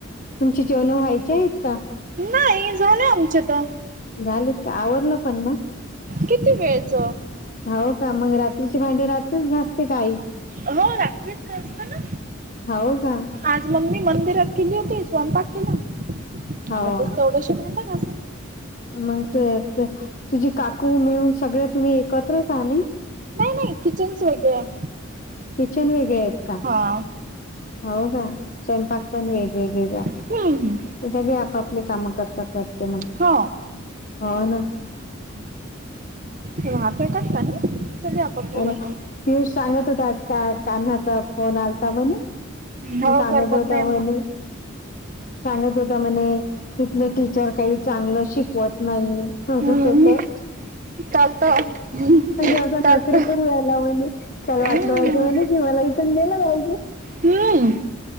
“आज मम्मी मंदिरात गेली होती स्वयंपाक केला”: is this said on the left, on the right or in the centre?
Right